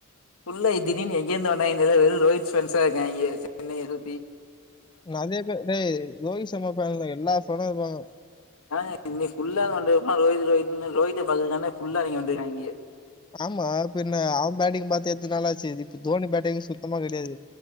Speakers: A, on the left (about 80°); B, on the left (about 20°).
A: ஃபுல்ல திடீர்னு எங்கே ருந்து வந்தாகன் தெரில வெரு ரோஹித் பெண்ட்ஸா இருக்காங்கே சென்னை எழுத்தி
B: அதே பேர் டே ரோஹித் சர்மா ஃபென் எல்லா படோங்வகோ
A: ஆஹ் இன்னைக்கு புள்ளா வந்து புற ரோஹித் ரோஹித் னு தான் ரோஹித் ஆஹ் பாக்குறதுக்கே புள்ளா இவிங்க வந்திருக்காங்க
B: ஆமா பின்ன அவன் பேட்டிங் பாத்து எத்தன நாலாச்சு இப்ப தோனி பேட்டிங் சுத்தமா கிடையாது